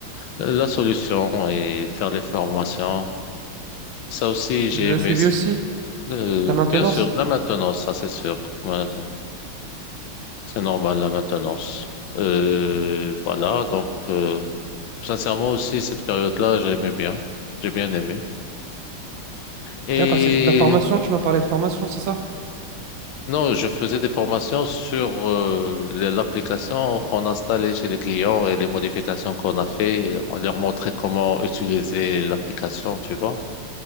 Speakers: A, on the left (about 75°); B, on the right (about 70°).
A: la solution et faire des formations. Ça aussi, j'ai
B: Le
A: aimé.
B: suivi aussi.
A: Euh,
B: La maintenance.
A: bien sûr, la maintenance, ça c'est sûr. Voilà, C'est normal, la maintenance. Euh, voilà, donc euh, sincèrement aussi, cette période-là, j'aimais bien. J'ai bien aimé. Et
B: D'accord, c'était de la formation. Tu m'as parlé de formation, c'est ça?
A: non, je faisais des formations sur euh, l'application qu'on installait chez les clients et les modifications qu'on a fait. On leur montrait comment utiliser l'application, tu vois.